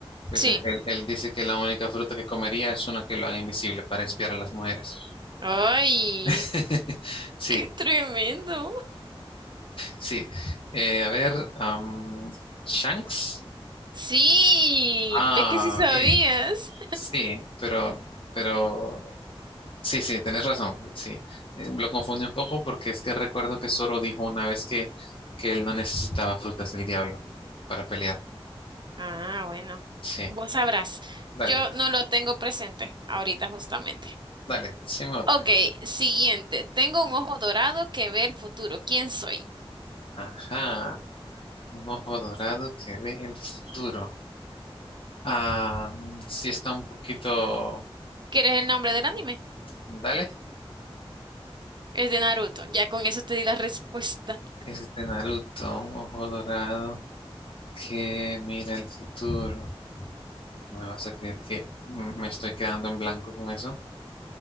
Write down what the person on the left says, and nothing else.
Pues
él, él- él dice que la única fruta que comería es una que lo haga invisible para espiar a las mujeres.
<laughs> Sí,
Sí. Eh, a ver, am, Shanks.
Ah,
bien. Sí, pero, pero, sí, sí, tenés razón. Sí, Eh, lo confundí un poco porque es que recuerdo que Zoro dijo una vez que, que él no necesitaba frutas del diablo para pelear.
Sí,
dale,
dale, decime otra.
Ajá, un ojo dorado que ve el futuro. Ah, sí está un poquito.
Dale,
es de Naruto, un ojo dorado. que mira el futuro. No me vas a creer que m- me estoy quedando en blanco con eso.